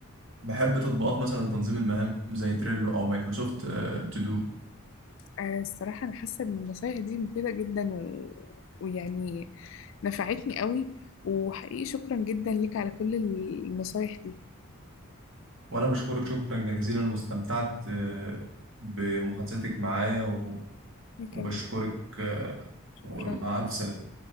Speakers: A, on the right; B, on the left.
A: بحب تطبيقات مثلا تنظيم المهام زي تريلو أو مايكروسوفت تو دو
B: آه، الصراحة أنا حاسة إن النصايح دي مفيدة جدا و... ويعني نفعتني قوي وحقيقي شكرا جدا ليك على كل النصايح دي
A: وأنا بشكرك شكرا جزيلا واستمتعت آه، بمحادثتك معايا و-
B: أنا كمان
A: وبشكرك آه، ومع
B: شكرا
A: ألف سلامة